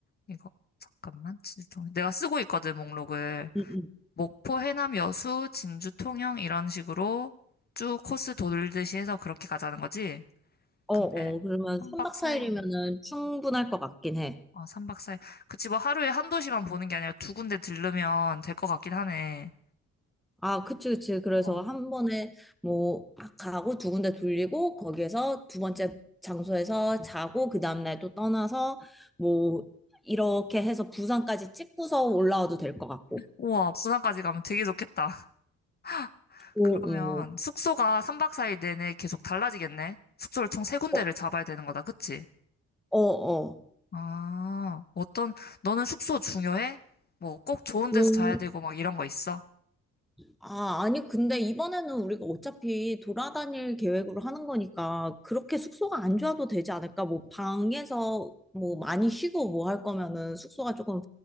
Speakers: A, on the left (about 30°); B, in the centre.
A: 이거, 잠깐만, 진주 통영. 내가 쓰고 있거든, 목록을.
B: 음.
A: 목포, 해남, 여수, 진주 통영, 이런 식으로 쭉 코스 돌듯이 해서 그렇게 가자는 거지?
B: 어,
A: 근데,
B: 어. 그러면
A: 한박사일
B: 삼박사일이면은 충분할 것 같긴 해.
A: 어, 삼박사일 그치, 뭐 하루에 한 도시만 보는 게 아니라 두 군데 들르면 될 것 같긴 하네.
B: 아, 그치, 그치. 그래서
A: 어.
B: 한 번에 뭐 막 가고 두 군데 돌리고 거기에서 두 번째 장소에서 자고 그 다음날 또 떠나서 뭐 이렇게 해서 부산까지 찍고서 올라와도 될 것 같고.
A: 우와, 부산까지 가면 되게 좋겠다. <laughs>
B: 오,
A: 그러면
B: 오.
A: 숙소가 3박 4일 내내 계속 달라지겠네? 숙소를 총 세 군데를
B: 어,
A: 잡아야 되는 거다, 그치?
B: 어,
A: 아, 어떤, 너는 숙소 중요해? 뭐 꼭 좋은
B: 어.
A: 데서 자야 되고 막 이런 거 있어?
B: 아, 아니, 근데 이번에는 우리가 어차피 돌아다닐 계획으로 하는 거니까 그렇게 숙소가 안 좋아도 되지 않을까? 뭐 방에서 뭐 많이 쉬고 뭐 할 거면은 숙소가 조금